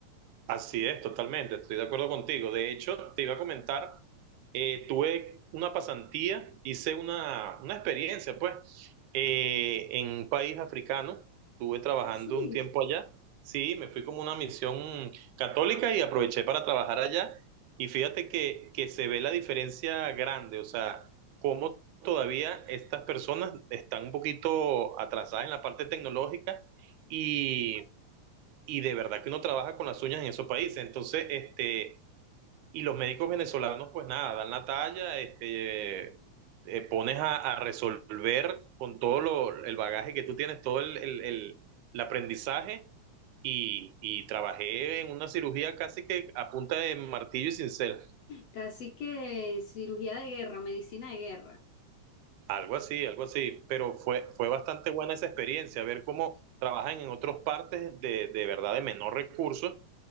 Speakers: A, on the right; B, on the left.
A: Así es, totalmente, estoy de acuerdo contigo. De hecho, te iba a comentar, eh, tuve una pasantía, hice una, una experiencia, pues, eh, en un país africano, estuve trabajando
B: Así.
A: un tiempo allá, sí, me fui como una misión católica y aproveché para trabajar allá y fíjate que, que se ve la diferencia grande, o sea, cómo todavía estas personas están un poquito atrasadas en la parte tecnológica. Y, y de verdad que uno trabaja con las uñas en esos países. Entonces, este, y los médicos venezolanos, pues nada, dan la talla, este, te pones a, a resolver con todo lo, el bagaje que tú tienes, todo el, el, el, el aprendizaje. Y, y trabajé en una cirugía casi que a punta de martillo y cincel,
B: Casi que cirugía de guerra, medicina de guerra.
A: algo así, algo así, pero fue,
B: Ah,
A: fue bastante buena esa experiencia, ver cómo trabajan en otras partes de, de verdad de menor recursos